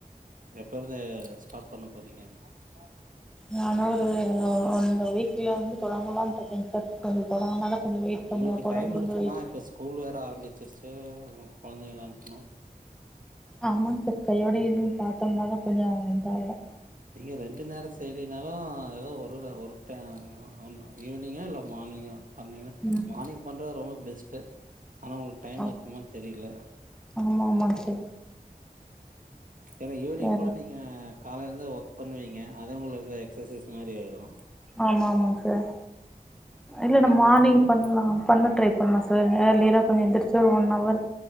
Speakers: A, on the right; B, in the centre.
A: எப்ப இருந்து ஸ்டாட் பண்ண போறீங்க சாரி
B: நானு ஒரு இந்த வீக்ல வந்து தொடங்கலாம்ட்டு இருக்கே சார் கொஞ்சம் தொடங்கனாதா கொஞ்ச வெயிட் பண்ணுவோ
A: உங்களுக்கு
B: குடம்முடிஞ்சோ
A: டைம் இருக்குமா
B: வெயி
A: இப்ப ஸ்கூல் வேர ஆரம்பிச்சிருச்சு கொழந்தைங்கல்லா அனுப்புனு
B: ஆமாங் சார் கையோட இதுன்னு பாத்தோம்ன தா கொஞ்ச இதாவூ
A: நீங்க ரெண்டு நேர செய்வே னாலு எதா ஒருதட ஒருடைம் ஈவினிங்கா இல்ல மார்னிங்கா பண்ணிங்கனா
B: ம்
A: மார்னிங் பண்றது ரொம்ப பெஸ்ட்டு ஆனா உங்களுக்கு டைம்
B: ஆ
A: இருக்குமானு தெரில
B: ஆமா ஆமாங் சார்
A: ஏன்னா ஈவினிங்
B: வேற
A: கூட நீங்க காலையிலந்து ஒர்க் பண்ணுவீங்க அது உங்களுக்கு எக்ஸசைஸ் மாரி ஆயிரு
B: ஆமா ஆமாங் சார்
A: அது
B: இல்ல நா மார்னிங்
A: பண்ணீங்கன்னா
B: பண்லா பண்ண ட்ரை பண்லா சார் ஏர்லியரா கொஞ்ச எந்திரிச்சு ஒன் ஹவர்